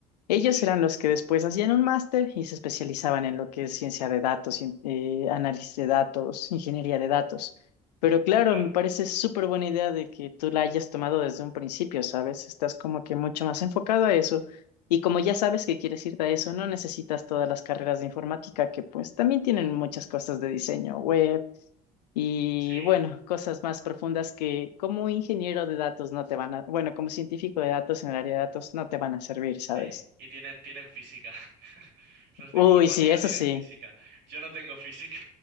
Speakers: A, on the left; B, on the right.
A: ellos
B: Sí,
A: eran los que después hacían un máster y se especializaban en lo que es ciencia de datos, cien- eh, análisis de datos, ingeniería de datos. Pero claro,
B: claro,
A: me parece súper buena idea de que tú la hayas tomado desde un principio, ¿sabes? Estás como que mucho más enfocado a eso. Y como ya sabes que quieres irte a eso, no necesitas todas las carreras de informática, que pues también tienen muchas cosas de diseño web y
B: sí,
A: bueno, cosas más profundas que como ingeniero de datos no te van a, bueno, como científico de datos en el área de datos no te van a servir, ¿sabes?
B: sí. Y tienen, tienen física. <laughs> Los
A: Uy,
B: de informática
A: sí, eso
B: tienen
A: sí.
B: física. Yo no tengo física,